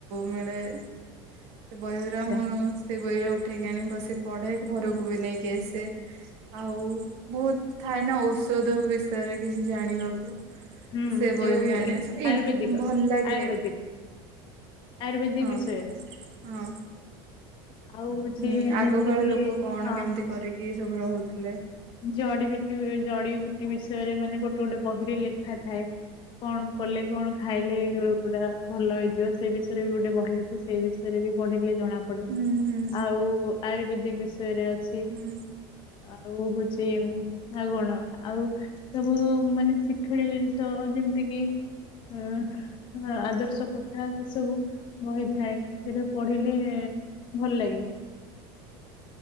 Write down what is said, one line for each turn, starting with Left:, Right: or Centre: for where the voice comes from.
Right: ମିଳେ। ସେ ବହିଊରା
Left: ଆଚ୍ଛା
Right: ମୁଁ ସେ ବହିରୁ ଉ ଠେଇକି ଆଣି ବସି ପଢେ ଘରକୁ ବି ନେଇକି ଆସେ। ଆଉ ବହୁତ ଥାଏ ନା ଔଷଧ ବିଷୟରେ କିଛି ଜାଣିବାକୁ।
Left: ହୁଁ
Right: ସେ ବହି
Left: ଯୋଉ
Right: ବି ଆଣେ। ସ ଏ
Left: ଆୟୁର୍ବେଦିକ
Right: ଭଲ ଲାଗେ।
Left: ଆୟୁର୍ବେଦିକ ଆୟୁର୍ବେଦିକ
Right: ହଁ
Left: ବିଷୟରେ
Right: ହଁ।
Left: ଆଉ ହଉଛି
Right: ହୁଁ ଆଗକାଳ
Left: ଯେମିତି କିି
Right: ଲୋକ କଣ
Left: ହଁ
Right: କେମିତି କରିକି ଏ ସବୁ ରହୁଥିଲେ।
Left: ଜଡିିବିଟି ଜଡିିବୁଟି ବିଷୟରେ ମାନେ ଗୋଟେ ଗୋଟେ ବହିରେ ଲେଖା ଥାଏ। କଣ କଲେ କଣ ଖାଇଲେ ଏଇ ରୋଗୁଟା ଭଲ ହେଇଯିବ, ସେ ବିଷୟରେ ବି ଗୋଟେ ବହି କି ସେ ବିଷୟରେ ବି ପଢିଲେ ଜଣା ଡ଼େ
Right: ହୁଁ ହୁଁ
Left: ଆଉ ଆୟୁର୍ବେଦିକ ବିଷୟରେ ଅଛି।
Right: ହୁଁ
Left: ଆଉ ହୋ ଚି ଆଉ କଣ ଆଉ ସବୁ ମାନେ ଶିକ୍ଷଣୀୟ ଜିନିଷ ଯେମିତି କିି ଅ ଆଦର୍ଶ କଥା ଏ ସବୁ ବହିଥାଏ, ସେଟା ପଢିଲେ ଭଲ ଲାଗେ।